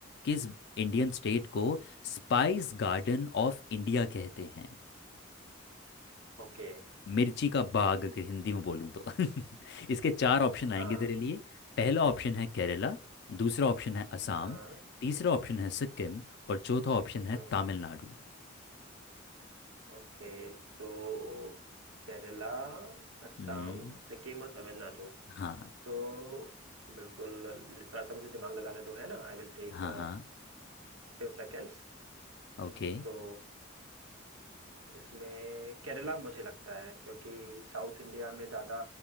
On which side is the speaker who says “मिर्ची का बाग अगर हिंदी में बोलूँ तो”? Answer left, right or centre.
Left